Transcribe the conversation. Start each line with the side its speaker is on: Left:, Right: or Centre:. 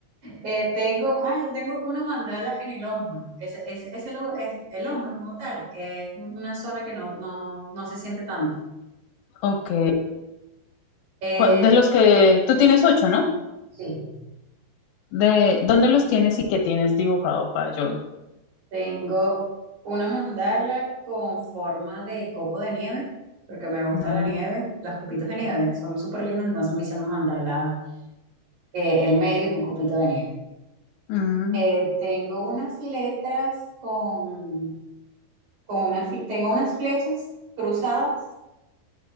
Right: Eh, tengo, ay, tengo una mandala en el hombro. Ese, ese, ese lugar es el hombro como tal. Es una zona que no, no, no se siente tanto.
Left: Ok,
Right: Eh,
Left: cua- de los que tú tienes ocho, ¿no?
Right: sí,
Left: ¿De dónde los tienes y qué tienes dibujado para yo?
Right: tengo una mandala con forma de copo de nieve, porque me gusta
Left: Mm,
Right: la nieve. Las copitos de nieve son súper lindas, entonces me hice una mandala que el medio es un copito de nieve.
Left: mm,
Right: Eh, tengo unas letras con, con unas, fle- tengo unas flechas cruzadas